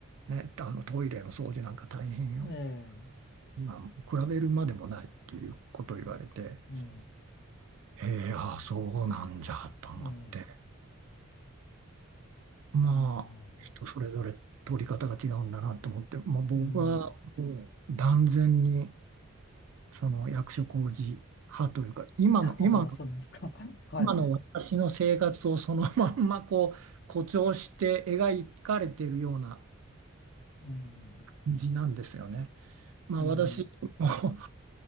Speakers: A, on the right; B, on the left.
A: う、ね、あのトイレの掃除なんか大変よ。
B: ええ。
A: なん比べるまでもないっていうことを言われて、
B: うん。
A: ええ、ああ、そうなんじゃと思って、
B: うん。
A: まあ、
B: うん。
A: 人それぞれ取り方が違うんだなと思って、もう僕はもう断然に、
B: うん。
A: その役所広司派というか、今の、
B: ああ、
A: 今の、
B: そうですか。<laughs> はい。
A: 今の私の生活をそのまんまこう <laughs> 誇張して描かれているような
B: うん。
A: 感じなんですよね。まあ私、
B: うん。
A: もう